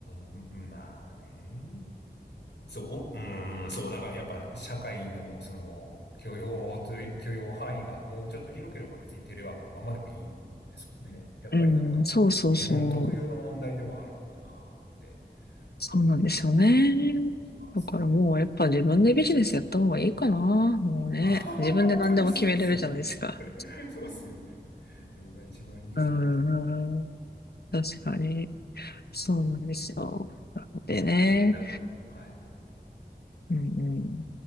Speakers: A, on the left; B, on the left.
A: あ、うんまあね。そう、おうん、そう、だからやっぱ社会のその許容という、許容範囲がもうちょっと広ければ別にテレワークのままでもいいですもんね。やっぱりなんか日本特有の問題でもあるのかなって
B: うん、そうそうそう。そうなんですよね。
A: 思ったりしますね。
B: だからもうやっぱ自分でビジネスやった方がいいかな。もうね。
A: あ、<laughs>
B: 自分で何でも決めれるじゃないですか。
A: やっぱりそうですよね。<laughs> そうっすよね。それが一番いいかなと。
B: うん、確かに。そうなんですよ。なのでね。
A: ああ、なるほど。はい。
B: うんうん。